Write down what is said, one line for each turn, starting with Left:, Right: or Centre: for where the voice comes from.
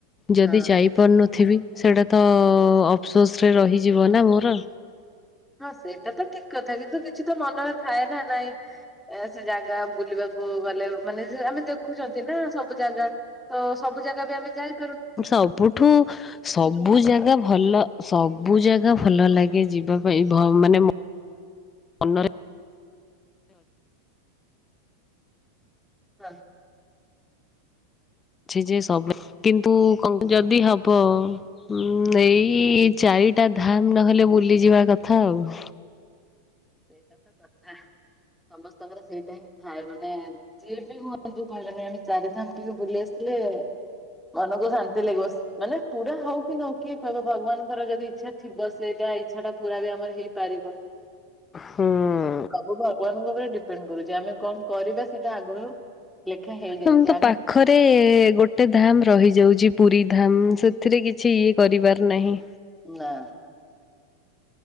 Left: ଯଦି
Centre: ହଁ
Left: ଯାଇ ପାରୁନଥିବି ସେଇଟା ତ ଅଫସୋସରେ ରହିଯିବ ନା ମୋର।
Centre: ହଁ ସେଇଟା ତ ଠିକ କଥା କିନ୍ତୁ କିଛି ତ ମନରେ ଥାଏ ନା ନାଇଁ। ଏ ସେ ଜାଗା ବୁଲିବାକୁ ଗଲେ ମାନେ ଆମେ ଦେଖୁଛନ୍ତି ନା ସବୁ ଜାଗା। ତ ସବୁ ଜାଗା ବି ଆମେ ଯାଇ
Left: ସବୁଠୁ ସବୁ
Centre: ଯୋଉଟା
Left: ଜାଗା ଭଲ ସବୁ ଜାଗା ଭଲ ଲାଗେ ଯିବା ପାଇଁ ମାନେ ମନରେ
Centre: ହା।
Left: ଅଛି ଯେ ସବୁ କିନ୍ତୁ ଯଦି ହବ। ଉଁ ଏଇ ଚାରିଟା ଧାମ ନହେଲେ ବୁଲିଯିବା କଥା ଆଉ।
Centre: ସେଇଟା ତ କଥା ସମସ୍ତଙ୍କର ସେଇଟା ହିଁ ଥାଏ ମାନେ ଯିଏ ବି ହୁଅନା <unintelligible> ଚାରିଥାମ ଟିକେ ବୁଲି ଆସିଲେ ମନକୁ ଶାନ୍ତି ଲାଗିବ। ମାନେ ପୁରା ହଉ କି ନ କିଏ କହିବ ଭଗବାନଙ୍କର ଯଦି ଇଚ୍ଛା ଥିବ ସେଇଟା ଇଚ୍ଛା ଟା ପୁରା ବି ଆମର ହେଇପାରିବ।
Left: ହୁଁ।
Centre: ସବୁ ଭଗବାନଙ୍କ ଉପରେ ଡିପେଣ୍ଡ କରୁଛି ଆମେ କଣ କରିବା ସେଇଟା ଆଗରୁ ଲେଖା ହେଇଯାଇଛି
Left: ଆମ ତ
Centre: ଆମେ
Left: ପାଖରେ ଗୋଟେ ଧାମ ରହିଯାଉଛି ପୁରୀ ଧାମ ସେଥିରେ କିଛି ଇଏ କରିବାର ନାହିଁ।
Centre: ନା।